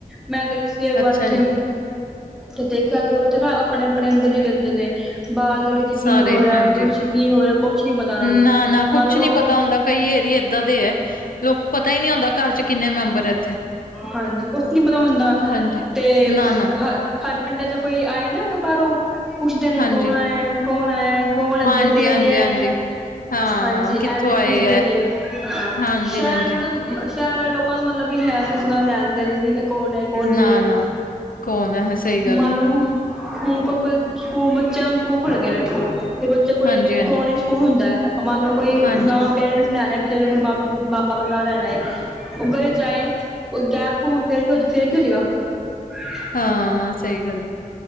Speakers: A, in the centre; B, on the left.
A: ਮੈਂ ਕਈ ਸੀ ਇੱਕ ਵਾਰ
B: ਅੱਛਾ
A: ਉੱਥੇ
B: ਜੀ
A: ਤੇ ਦੇਖਿਆ ਉੱਥੇ ਨਾ ਆਪਣੇ ਆਪਣੇ ਅੰਦਰ ਹੀ ਰਹਿੰਦੇ ਨੇ ਬਾਹਰ ਗਲੀ ਚ ਕੀ
B: ਸਾਰੇ
A: ਹੋ ਰਿਹਾ
B: ਹਾਂਜੀ
A: ਹੈ ਕੁਛ ਕੀ ਹੋ ਰਿਹਾ ਕੁਛ ਨੀ ਪਤਾ ਉਹ ਨੂੰ
B: ਨਾ ਨਾ ਕੁਛ
A: ਮੰਨ ਲੋਓ
B: ਨੀ ਪਤਾ ਹੁੰਦਾ ਕਈ ਏਰੀਏ ਇਏਦਾਂ ਦੇ ਹੈ ਲੋਕ ਪਤਾ ਹੀ ਨਹੀਂ ਹੁੰਦਾ ਘਰ ਚ ਕਿੰਨੇ ਮੈਂਬਰ ਹੈ ਇੱਥੇ
A: ਹਾਂਜੀ ਕੁਛ ਨੀ ਪਤਾ ਹੁੰਦਾ
B: ਹਾਂਜੀ
A: ਤੇ
B: ਨਾ ਨਾ
A: ਹੈ ਸਾਡੇ ਪਿੰਡਾਂ ਚ ਕੋਈ ਆਏ ਨਾ ਬਾਹਰੋਂ ਪੁੱਛਦੇ ਨੇ
B: ਹਾਂਜੀ
A: ਕੌਣ ਆਇਆ। ਕੌਣ ਆਇਆ ਕੌਣ ਏਦਾਂ
B: ਹਾਂਜੀ
A: ਕੀ
B: ਹਾਂਜੀ
A: ਰਿਹਾ।
B: ਹਾਂਜੀ ਹਾਂ
A: ਹਾਂਜੀ,
B: ਕਿੱਥੋਂ
A: ਐਵੇਂ
B: ਆਏ
A: ਪੁੱਛਦੇ
B: ਹੈ
A: ਨੇ ਹਾਂ
B: ਹਾਂਜੀ
A: ਸ਼ਹਿਰ
B: ਹਾਂਜੀ
A: ਸ਼ਹਿਰ ਵਾਲੇ ਲੋਕਾਂ ਨੂੰ ਮਤਲਬ ਵੀ ਹੈ, ਕਿਸ ਨਾਲ ਲੈਣਦੇ ਨੇ ਵੀ ਕੌਣ ਐ ਕੌਣ
B: ਨਾ
A: ਨਹੀਂ।
B: ਨਾ ਕੌਣ ਹੈ ਸਹੀ ਗੱਲ
A: ਮਨ
B: ਹੈ
A: ਲਓ ਹ ਹੁਣ ਕੋਈ ਕੋਈ ਸਕੂਲ ਬੱਚਿਆਂ ਸਕੂਲ ਖੁਲ ਗਿਆ ਤੇ ਬੱਚਿਆਂ ਚ ਕੋਈ
B: ਹਾਂਜੀ ਹਾਂਜੀ
A: ਕੋੋਣੀ ਸਕੂਲ ਹੁੰਦਾ ਐ, ਮੰਨ ਲਓ ਕੋਈ
B: ਹਾਂਜੀ
A: ਨਾ ਪੇਰੈਂਟਸ ਲੈਣਾ ਬਜ਼ੁਰਗ ਬ ਮਾ ਲੈਣਾ ਹੈ ਏਕ ਉਹ ਗਲੇ ਚ ਆਏ ਉਹ ਗੈਪ ਘ ਫ ਫੇਰ ਕੀ ਹੋ ਸੀਗਾ। <inaudible>
B: ਹਾਂ ਸਹੀ ਗੱਲ ਆ।